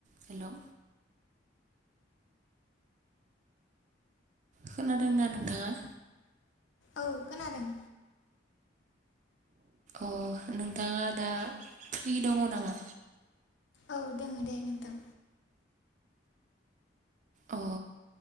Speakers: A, on the right (about 40°); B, on the left (about 75°).
A: Hello खोनादों दा नोंथाङा?
B: औ खोनादों
A: अ नोंथाङा दा फ्रि दङ नामा?
B: औ दङ दे नोंथां
A: अ